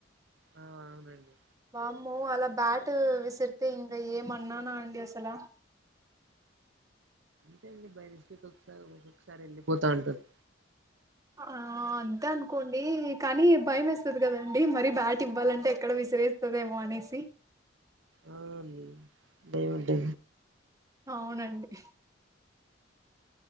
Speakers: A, on the right; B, on the right.
A: ఆ అవునండి
B: వామ్ మో అలా బ్యాట్ విసిరితే ఇంకా ఏమన్నానా అండి అసలా
A: అంతే అండి బై మిస్టేక్ ఒకసారి ఒక్కొక్కసారి వెళ్ళిపోతా ఉంటది
B: ఆ అంతే అనుకోండి కానీ భయమేస్తాది కదండి మరీ బ్యాట్ ఇవ్వాలంటే ఎక్కడ విసిరేస్తదేమో అనేసి
A: ఆ అండి బే అంటే
B: అవునండి